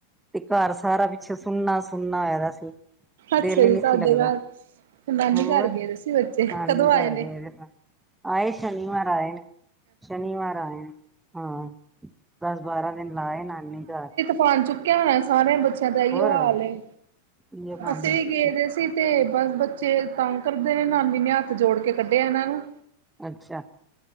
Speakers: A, in the centre; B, on the right.
A: ਤੇ ਕਾਰ ਸਾਰਾ ਪਿੱਛੇ ਸੁਨਾ-ਸੁਨਾ ਹੋਆ ਦਾ ਸੀ।
B: ਅੱਛਾ
A: ਦਿਲ
B: ਜੀ
A: ਹੀ ਨੀ
B: ਤੁਹਾਡੇ
A: ਸੀ ਲੱਗਦਾ,
B: ਘਰ ਨਾਨੀ
A: ਹੋਰ
B: ਘਰ ਗਏ ਦੇ ਸੀ ਬੱਚੇ
A: ਨਾਨੀ
B: ਕਦੋਂ
A: ਕਾਰ
B: ਆਏ ਨੇ
A: ਗਏ ਸਾ। ਆਏ ਸ਼ਨੀਵਾਰ ਆਏ ਨੇ, ਸ਼ਨੀਵਾਰ ਆਏ ਨੇ ਹਾਂ। ਦਸ-ਬਾਰਾਂ ਦਿਨ ਲਾ ਆਏ ਨਾਨੀ ਕਾਰ।
B: ਬਨ ਚੁੱਕਿਆ ਹੋਣਾ ਸਾਰਿਆਂ ਬੱਚਿਆਂ ਦਾ ਇਯੋ ਹਾਲ
A: ਇਹੀਓ
B: ਏ
A: ਕੰਮ
B: ਅਸੀਂ
A: ਨੇ
B: ਵੀ
A: ਬੱਚੇ
B: ਗੇ ਦੇ ਸੀ ਤੇ ਬਸ ਬੱਚੇ ਤਾਂਗ ਕਰਦੇ ਨੇ ਨਾਨੀ ਨੇ ਹੱਥ ਜੋੜ ਕੇ ਕੱਢਿਆ ਇਹਨਾਂ ਨੂੰ।
A: ਅੱਛਾ